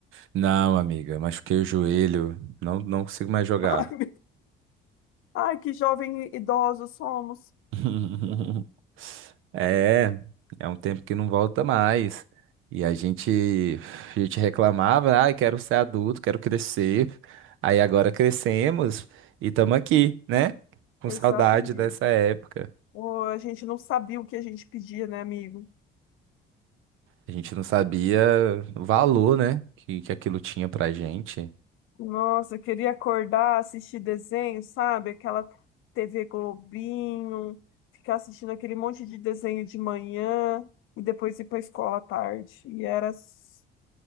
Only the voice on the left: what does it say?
<laughs> Ai, meu- ai, que jovem idosos somos.
Exatamente.
Ô, a gente não sabia o que a gente pedia, né, amigo?
Nossa, eu queria acordar, assistir desenho, sabe? Aquela TV Globinho, ficar assistindo aquele monte de desenho de manhã e depois ir para a escola à tarde. E era, s-